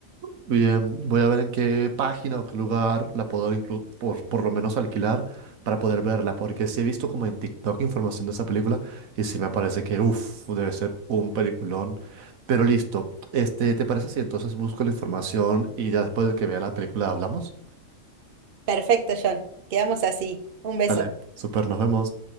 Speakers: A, on the right; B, on the right.
A: Bien, voy a ver en qué página o qué lugar la puedo inclu- por, por lo menos alquilar para poder verla, porque sí he visto como en TikTok información de esa película y sí me parece que, uff, debe ser un peliculón. Pero listo, este, ¿te parece si entonces busco la información y ya después de que vea la película hablamos?
B: Perfecto, John. Quedamos así. Un beso.
A: Dale, super, nos vemos.